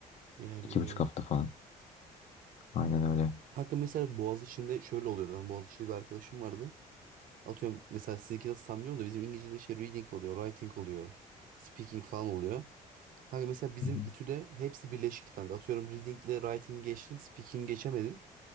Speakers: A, on the right (about 65°); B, on the left (about 45°).
A: Bir ay
B: İki
A: bile
B: buçuk
A: yok.
B: hafta falan. Aynen öyle.
A: Hakkı mesela Boğaziçi'nde şöyle oluyordu. Ben Boğaziçi'li bir arkadaşım vardı. Atıyorum mesela sizinki nasıl tam bilmiyorum da bizim İngilizce'de şey reading oluyor, writing oluyor, speaking falan oluyor. Kanka mesela bizim
B: Hı hı,
A: İTÜ'de hepsi birleşikti kanka. Atıyorum reading'le writing geçtin, speaking geçemedin.